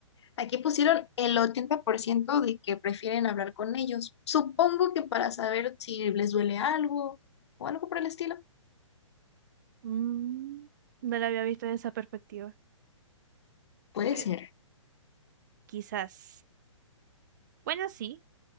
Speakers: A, on the left; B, on the right.
A: Aquí pusieron el 80% de que prefieren hablar con ellos. Supongo que para saber si les duele algo o algo por el estilo.
B: Mm, no la había visto en esa perspectiva.
A: Puede
B: Que
A: ser.
B: quizás. Bueno, sí,